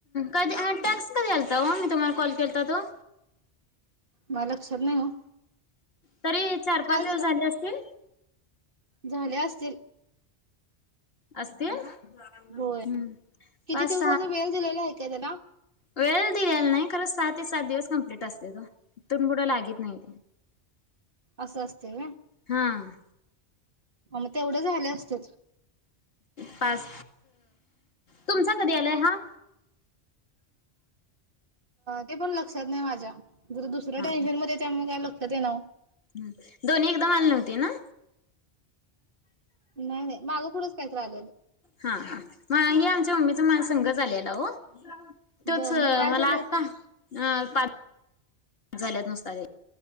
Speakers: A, on the left (about 60°); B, on the right (about 55°).
A: कधी टाक्स कधी आलता ओ मी तुम्हाला कॉल केलता तो
B: म लक्षात नाही ओ
A: तरी चार
B: काय
A: पाच दिवस
B: झालं?
A: झाले असतील.
B: झाले असतील
A: असतील.
B: होय
A: हम्म.
B: किती
A: पाच
B: दिवसाचा वेळ दिलेला आहे काय त्याला
A: वेल त याला नाही खरं सहा ते सात दिवस कंप्लीट असते तो तून पुढं लागित नाही.
B: असं असते वय
A: हम
B: हा मग तेवढ झाल असतील.
A: पाच तुमचा कधी आलाय हा
B: ते पण लक्षात नाही माझ्या जु दुसऱ्या
A: हा
B: टेन्शन मध्ये त्यामुळे काय लक्षात ये नाव
A: ह दोन्ही एकदाम आलले नवते ना
B: नाही नाही मागं पुढंच काहीत आलेलं
A: हा हा मग हे आमच्या मम्मीचा माज संगच आलेला ओ तोच
B: बरं
A: मला
B: मग काय झालं
A: आत्ता अ झाल्यात नुसत